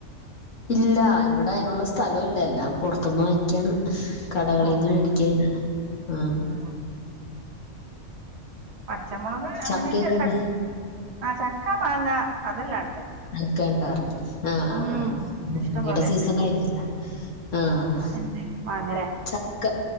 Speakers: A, on the left; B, on the right.
A: ഇല്ല അവിടെ അതിനുള്ള സ്ഥലംല്ല എല്ലാം പുൊറത്തന്ന് വാങ്ങിക്കാണ് കടകളിൽന്നും
B: ഓക്കെ
A: മേടിക്കന ആ
B: ഉം പച്ചമുളക് അങ്ങനെയൊക്കെക്ക
A: ചക്കയൊക്കെ ഉണ്ടോ
B: ആഹ ചക്ക മാങ്ങ അതെല്ലാണ്ട്
A: അക്കെ ഉണ്ടായിരുന്നു ആഹ ആഹ്
B: ഉം
A: ആഹ്
B: ഇഷ്ടം
A: മങ്ങയുടെ
B: പോലെ
A: സീസൺ കഴിഞ്ഞില്ല ആഹ
B: എന്ത മാങ്ങ
A: ചക്ക